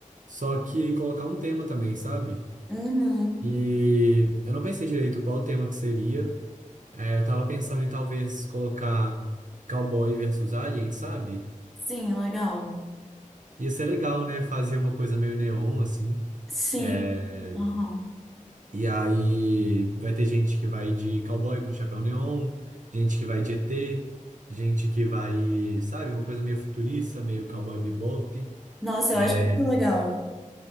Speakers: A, on the right; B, in the centre.
A: só que colocar um tema também, sabe?
B: Uhum.
A: E eu não pensei direito qual o tema que seria. É, eu tava pensando em talvez colocar cowboy versus alien, sabe?
B: Sim, legal.
A: Ia ser legal, né? Fazer uma coisa meio neon, assim.
B: Sim.
A: É,
B: Uhum.
A: e aí vai ter gente que vai de cowboy com chapéu neon, gente que vai de ET, gente que vai, sabe, uma coisa meio futurista, meio cowboy bebop.
B: Nossa,
A: É,
B: eu acho muito legal.